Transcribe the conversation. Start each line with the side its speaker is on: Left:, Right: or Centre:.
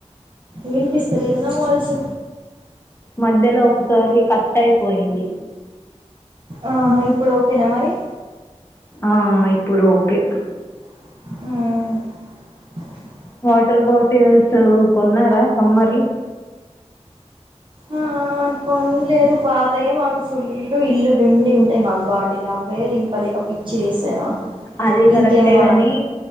Right: వినిపిస్త లేదా నా వాయిసు
Left: మధ్యలో ఒకసారి కట్ అయిపోయింది
Right: ఆహా ఇప్పుడు ఓకేనా మరి
Left: ఆ ఇప్పుడు ఓకే.
Right: అ‌.
Left: వాటర్ బాటిల్స్ కొన్నారా సమ్మర్లు.
Right: ఆ కొనలేదు పాతయ్యే మాకు ఫుల్ ఇల్లు నుండి ఉంటాయి మాకు బాట. అవె నింప లేక పిచ్చి లేస్తది మాకు
Left: అది కరెక్టే
Right: ఇంకేం కొనాలి.
Left: గాని